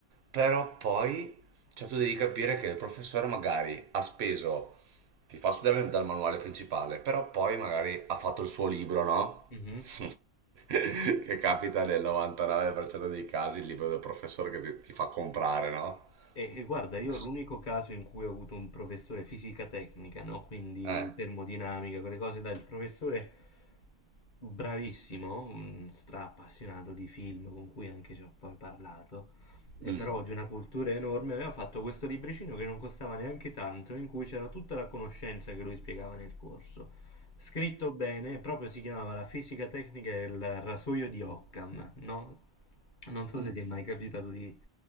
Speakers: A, on the right (about 80°); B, on the left (about 50°).
A: però poi, cioè tu devi capire che il professore magari ha speso, ti fa studiare dal manuale principale, però poi magari ha fatto il suo libro, no?
B: mhm.
A: <laughs> Che capita nel 99% dei casi il libro del professore che ti, ti fa comprare, no?
B: E, e guarda, io
A: S-
B: l'unico caso in cui ho avuto un professore fisica tecnica, no? Quindi
A: Eh,
B: termodinamica, quelle cose, dai, il professore bravissimo, un stra appassionato di film con cui anche ci ho poi parlato. e
A: mm,
B: però di una cultura enorme, aveva fatto questo libricino che non costava neanche tanto, in cui c'era tutta la conoscenza che lui spiegava nel corso. Scritto bene, proprio si chiamava La fisica tecnica e il rasoio di Occam, no? Non so
A: mm,
B: se ti è mai capitato di,